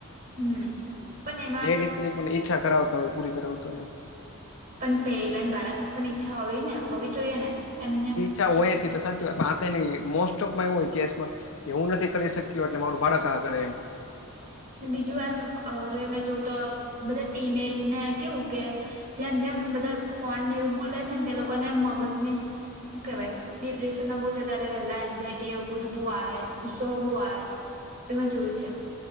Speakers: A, on the right (about 40°); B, on the left (about 65°).
A: હમ પણ એમાં તો
B: રીતે પણ ઈચ્છા કરાવતા હોય પૂરી કરાવતા હોય
A: પણ પહેલાને બાળક ની પણ ઈચ્છા હોવી ને હોવી જોઈએ ને એમને
B: ચા હોયી તો સાચી વાય ન મોસ્ટ ઓફમાં એું હોય કેસમાં કે હું નથી કરી શક્યો એટલે મારું બાળક આ કરે એમ
A: બીજું એમ અરે મેં જો તો બધા ટીન એજ ને કેવું કે જેમ જેમ બધા ફોન ને એવું બોલે છે ને તે લોકોને મગજની કેવાય ડિપ્રેશનમાં બહુ છે ત્યારે પહેલા એન્ઝાયટી એવું બધું બહુ આવે ગુસ્સો બહ આવે એમાં જોયું છે